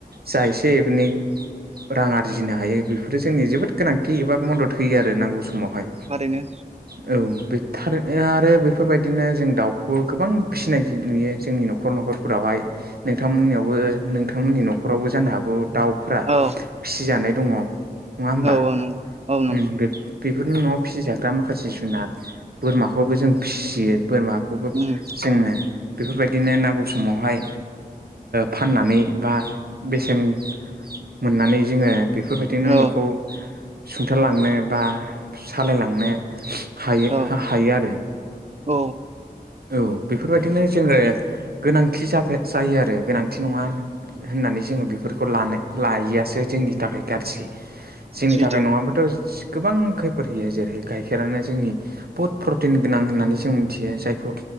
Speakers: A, on the right; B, on the right.
A: जा एसे एनै रां आरजिनो हायो बेफोरो जोंनि जोबोद गोनांथि एबा मदद होयो आरो नांगौ समावहाय
B: थारैनो
A: औ थ आरो बेफोरबायदिनो जों दाउखौबो गोबां फिसिनाय नुयो जोंनि न'खर न'खर फोरावहाय नोंथांमोननियावबो नोंथांमोननि न'खरावबो जानो हागौ दाउफ्रा
B: औ
A: फिसिजानाय दङ नङा होमबा!
B: औ औ नंगौ औ नंगौ
A: उम बे बेफोरनो न'आव फिसिजाग्रा माखासे जुनार बोरमाखौबो जों फिसियो बोरमा खौबो
B: उम
A: जोंङनो बेफोरबायदिनो नांगौ समावहाय फाननानै बा बेसेन मोननानै जोङो बेफोरबायदिनो
B: औ
A: न'खौ सुंथालांनो बा सालायलांनो हायो
B: औ
A: हायो आरो
B: औ
A: औ बेफोरबायदिनो जोङो गोनांथि जायो आरो गोनांथि नङा होननानै जोङो बेफोरखौ लानाय लायैयासो जोंनि थाखाय गाज्रि जोंनि
B: सैथो
A: थाखाय नङाबा थ' गोबां खैफद होयो जेरै गाइखेरानो जोंनि बहुद प्रटिन गोनां होननानै जों मिथियो जायखौ